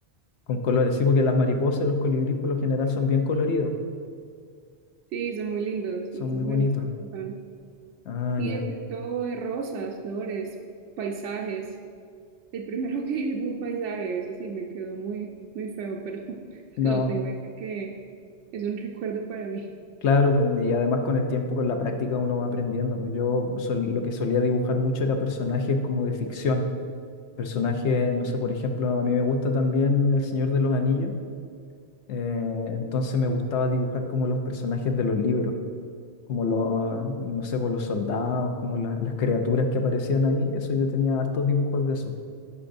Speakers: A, on the left (about 75°); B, on the right (about 85°).
A: con colores, sí, porque las mariposas, los colibríes por lo general son bien coloridos,
B: Sí, son muy lindos,
A: son
B: entonces
A: muy bonitos.
B: me gusta mucho.
A: Ah,
B: Y
A: ya.
B: de pronto eh, rosas, flores, paisajes. El primero <laughs> que hice fue un paisaje, eso sí me quedó muy, muy feo, pero <laughs>
A: No.
B: lo tengo ahí porque es un recuerdo para mí. <laughs>
A: Claro, pues, y además con el tiempo, con la práctica, uno va aprendiendo. pues. Yo sol- lo que solía dibujar mucho era personajes como de ficción. Personajes, no sé, por ejemplo, a mí me gusta también El Señor de los Anillos. eh, entonces me gustaba dibujar como los personajes de los libros, como los, no sé, pues, los soldados, como la- las criaturas que aparecían ahí. Eso yo tenía hartos dibujos de eso.